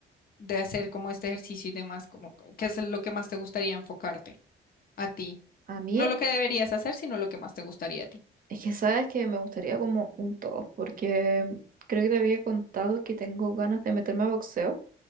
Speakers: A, on the left (about 45°); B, on the right (about 45°).
A: de hacer como este ejercicio y demás, como, ¿qué es lo que más te gustaría enfocarte? a ti.
B: a mí
A: No lo que deberías hacer, sino lo que más te gustaría a ti.
B: Es que sabes que me gustaría como un todo, porque creo que te había contado que tengo ganas de meterme a boxeo,